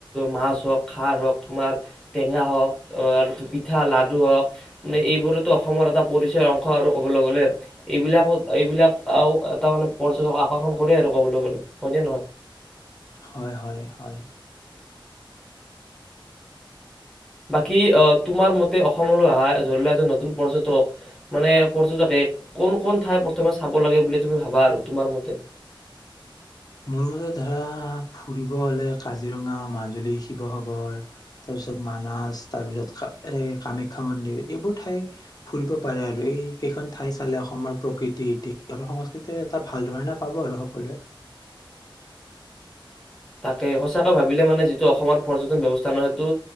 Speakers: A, in the centre; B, on the left.
A: মাছ হওঁক খাৰ হওঁক তোমাৰ টেঙা হওক আৰু পিঠা লাডু হওঁক মানে এইবোৰতো অসমৰ এটা পৰিচয় অংশ আৰু ক'বলৈ গ'লে এইবিলাক এইবিলাক এটা মানে পৰ্যটক আকৰ্ষণ কৰে আৰু ক'বলৈ গলে হয়নে নহয়
B: হয় হয় হয়
A: বাকী তোমাৰ মতে অসমলৈ অহা ধৰি লোৱা এজন নতুন পৰ্যটক মানে পৰ্যটকে কোন ক ঠাই প্ৰথমে চাব লাগে বুলি তুমি ভাবা আৰু তোমাৰ মতে
B: মোৰ মতে ধৰা ফুৰিব হলে কাজিৰঙা, মাজুলী, শিৱসাগৰ তাৰপিছত মানাজ, তাৰপিছত কামাখ্যা মন্দিৰ এইবোৰ ঠাই ফুৰিব পাৰে আৰু এই কেইখন ঠাই চালে অসমৰ প্ৰকৃতি ইতিাস আৰু সংস্কৃতিৰ এটা ভাল ধৰণা পাব আৰু সকলোৱে।
A: তাকে সঁচাকৈ ভাবিলে মানে যিটো অসমৰ পৰ্যটন ব্যৱস্থা ন সেইটো